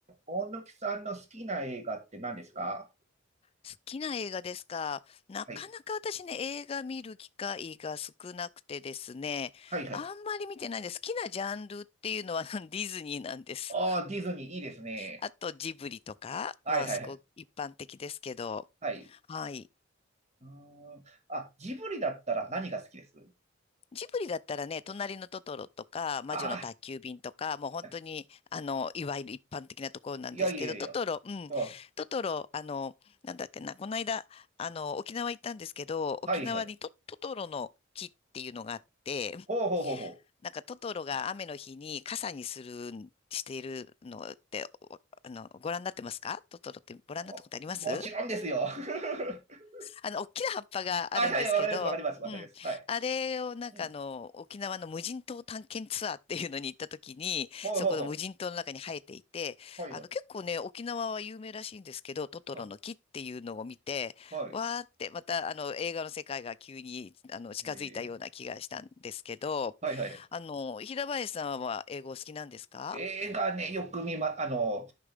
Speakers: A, on the right; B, on the left.
A: 大貫さんの好きな映画って何ですか
B: 好きな映画ですか。なかなか私ね、
A: はい。
B: 映画見る機会が少なくてですね、
A: はいはい。
B: あんまり見てないんです。好きなジャンルっていうのは <laughs> ディズニーなんです。
A: ああ、ディズニーいいですね。
B: あとジブリとか、
A: はいはいはい。
B: まあすごく一般的ですけど、
A: はい。
B: はい。
A: うーん。あ、ジブリだったら何が好きです
B: ジブリだったらね、隣のトトロとか、魔女の宅急便とか、
A: あ
B: もう本当に、
A: あ、
B: あの、いわゆる一般的なところなんですけど、
A: いやいやいやいや。
B: トトロ、うん、
A: うん。
B: トトロ、あの、なんだっけな、この間、あの、沖縄行ったんですけど、
A: はいはい。
B: 沖縄にト、トトロの木っていうのがあって、
A: ほうほうほうほ
B: なんかトトロが雨の日に傘にするん、しているのって、おあの、ご覧になってますかトトロってご覧になったことあります
A: う。あもちろんですよ。<laughs>
B: あの、大きな葉っぱがあるんですけど、
A: あ、はいはい、わかります、わかります、わかります。
B: うん。
A: はい。
B: あれをなんかあの、
A: うん。
B: 沖縄の無人島探検ツアーっていうのに行った時に、
A: ほうほうほ
B: そこの無人島の中に生えていて、
A: う。はいはい。
B: あの、結構ね、沖縄は有名らしいんですけど、トトロの木っていうのを見て、
A: はい。はい。
B: わーってまたあの、映画の世界が急にあの、近づいたような気がしたんですけど、
A: えー、はいはい。
B: あの、平林さんは英語お好きなんですか
A: 映画ね、よく見ま、あの、